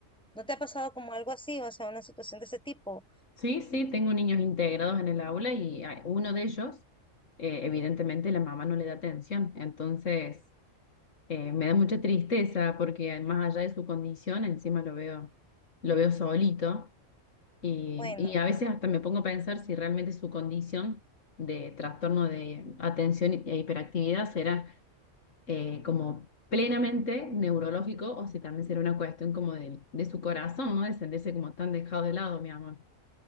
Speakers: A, in the centre; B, on the left.
A: ¿No te ha pasado como algo así, o sea, una situación de ese tipo?
B: Sí, sí, tengo niños integrados en el aula y a- uno de ellos, eh, evidentemente, la mamá no le da atención. Entonces, eh, me da mucha tristeza porque más allá de su condición, encima lo veo, lo veo solito y,
A: Bueno.
B: y a veces hasta me pongo a pensar si realmente su condición de trastorno de atención e hiperactividad será eh, como plenamente neurológico o si también será una cuestión como de, de su corazón, ¿no? De sentirse como tan dejado de lado, mi amor.